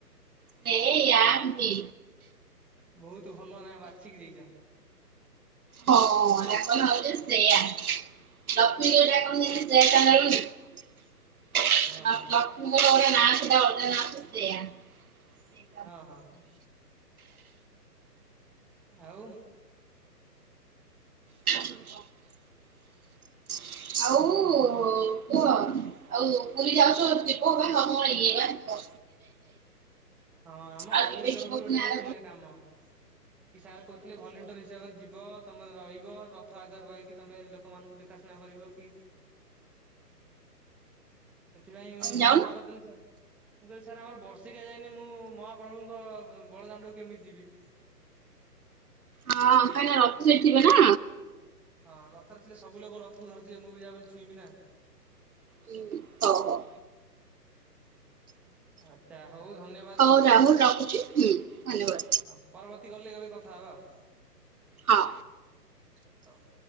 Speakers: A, on the right; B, in the centre.
A: ଶ୍ରେୟାଂଶୀ।
B: ଓହ ବହୁତ ଭଲ ନାଁ ବାଛିକି ଦେଇଛ।
A: ହଁ <unintelligible> ସେୟା ଲକ୍ଷ୍ମୀ <unintelligible> <unintelligible>
B: ଓହୋ ହଁ ହଁ ହଁ। ଆଉ
A: ଆଉ
B: ଆଉ କଣ ସବୁ
A: କୁହ
B: <inaudible>
A: ଆଉ ପୁରୀ ଯାଉଚ ଯିବ ବା ତମର ଇୟେ ବା
B: ହଁ ଆମ
A: ଆଉ
B: କଲେଜ
A: କେବେ
B: ତରଫରୁ
A: ଯିବ
B: ଗୋଟେ
A: ପୁଣି ଆର
B: ଥିଲା କାମ। କି ସାର୍
A: ବର୍ଷ
B: କହୁଥିଲେ ଭଲେଣ୍ଟିୟର ହିସାବରେ ଯିବ ତମେ ରହିବ ରଥ ଆଗରେ ରହିକି ତମେ ଲୋକମାନଙ୍କୁ ଦେ ଖାଶୁଣା କରିବ କି ସେଥିପାଇଁ ମୁଁ
A: ଯାଉନ
B: ମନା କରିଦେଲି ସାର୍ ମୁଁ କହିଲି ସାର୍ ଆମର ବର୍ଷିକା ଯାଇନି ମୁଁ ମହାପ୍ରଭୁଙ୍କ ବଡଦାଣ୍ଡକୁ କେମିତି ଯିବି?
A: ହଁ କାହିଁନା ରଥରେ ଥିବେ ନା।
B: ହଁ ରଥରେ ଥିଲେ ସବୁ ଲୋକ ରଥକୁ ଧରିିଥିବେ ମୁଁ ଯାହା କୁ ଛୁଇଁବି ନା
A: ହୁଁ ହଉ ହଉ।
B: ଆଚ୍ଛା ହଉ ଧନ୍ୟବାଦ
A: ହଉ ରାହୁଲ
B: କ
A: ରଖୁଛି ହୁଁ ଧନ୍ୟବାଦ
B: ହଉ ପରବର୍ତ୍ତୀ ଗଲେ କେବେ କଥା ହବା ଆଉ।
A: ହଁ।
B: ହଉ।